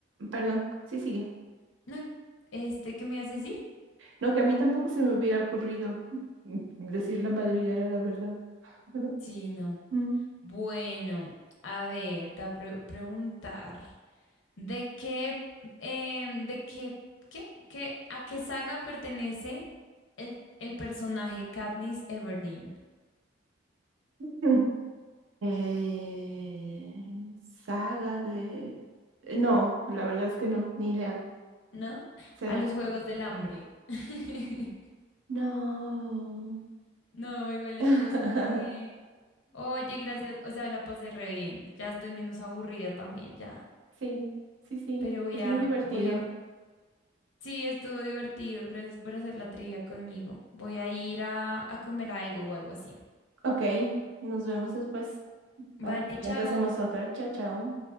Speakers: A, on the right; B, on the left.
A: perdón, sí, sigue.
B: no, este, ¿qué me ibas a decir?
A: No, que a mí tampoco se me hubiera ocurrido mm, decir la madriguera, la verdad. <laughs>
B: Sí, no.
A: Mm.
B: Bueno, a ver, te voy a pre- preguntar. ¿De qué, em, de qué, qué, qué- a qué saga pertenece el, el personaje Katniss Everdeen?
A: Mm. Eh, saga de... eh, No, la verdad es que no, ni idea,
B: ¿No?
A: cero.
B: A los Juegos del Hambre. <laughs>
A: No.
B: No, igual
A: <laughs>
B: estuvo súper bien. Oye, gracias. O sea, la pasé re bien. Ya estoy menos aburrida también, ya.
A: Sí, sí, sí,
B: Pero voy
A: es
B: a,
A: muy divertido.
B: voy a. Sí, estuvo divertido. Gracias por hacer la trivia conmigo. Voy a ir a, a comer algo o algo así.
A: Ok, nos vemos después. Para
B: Vale,
A: el siguiente
B: chao.
A: hacemos otra. Chao, chao.